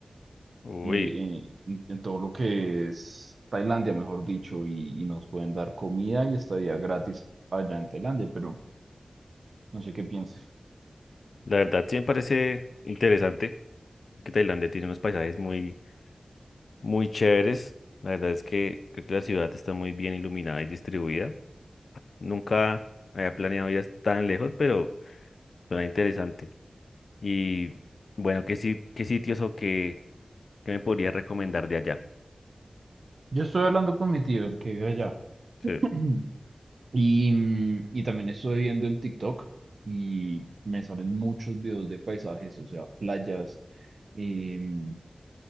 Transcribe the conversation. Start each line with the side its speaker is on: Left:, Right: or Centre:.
Left: Uy,
Right: y, y- en en todo lo que es Tailandia, mejor dicho, y, y nos pueden dar comida y estadía gratis allá en Tailandia, pero no sé qué piense.
Left: la verdad sí me parece interesante que Tailandia tiene unos paisajes muy muy chéveres. La verdad es que creo que la ciudad está muy bien iluminada y distribuida. Nunca había planeado ir tan lejos, pero suena interesante. Y bueno, ¿qué, si- qué sitios o qué, qué me podrías recomendar de allá?
Right: Yo estoy hablando con mi tío, el que vive allá. <clears throat>
Left: Sí,
Right: Y, mm, y también estuve viendo en TikTok y me salen muchos videos de paisajes, o sea, playas, em,